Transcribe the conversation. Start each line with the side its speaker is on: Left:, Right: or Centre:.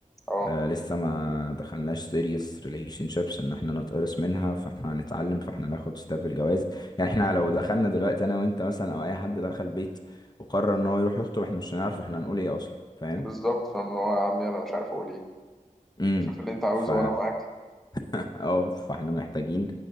Centre: أه
Left: آه، لسه ما دخلناش serious relationships ان احنا نتقرص منها فاحنا هنتعلم فاحنا ناخد ستاب الجواز يعني احنا لو دخلنا دلوقتي انا وانت مثلا او اي حد دخل بيت وقرر ان هو يروح يخطب احنا مش هنعرف احنا هنقول ايه اصلا فاهم
Centre: بالظبط فاهم اللي هو يا عمي أنا مش عارف أقول إيه
Left: امم
Centre: شوف اللي أنت عاوزه
Left: ف
Centre: وأنا معاك
Left: اه فاحنا محتاجين